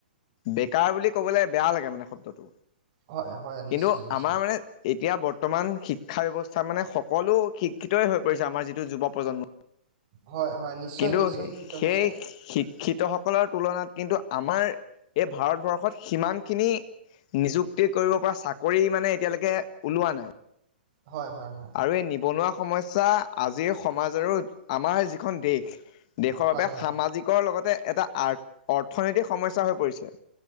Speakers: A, on the left; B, on the right.
A: বেকাৰ বুলি কবলে বেয়া লাগে মানে শব্দটো।
B: হয় হয় নিশ্চয়
A: কিন্তু
B: নিশ্চয়
A: আমাৰ মানে এতিয়া বৰ্তমান শিক্ষা ব্যৱস্থা মানে সকলো শিক্ষিতই হৈ পৰিছে। আমাৰ যিটো যুৱ প্ৰজন্ম
B: হয় হয় নিশ্চয়
A: কিন্তু
B: নিশ্চয় শিক্ষিত
A: সেই
B: হৈছে
A: শিক্ষিত সক- সকলৰ তুলনাত কিন্তু আমাৰ এই ভাৰতবৰ্ষত সিমান খিনি নিযুক্তি কৰিব পৰা চাকৰি মানে এতিয়ালৈকে ওলোৱা নাই।
B: হয় হয় হয়
A: আৰু এই নিবনুৱা সমস্যা। আজিৰ সমাজৰো, আমাৰ যিখন দেশ দেশৰ
B: হয়
A: বাবে
B: হয়
A: সামাজিকৰ লগতে এটা আথ অৰ্থনৈতিক সমস্যা হৈ পৰিছে।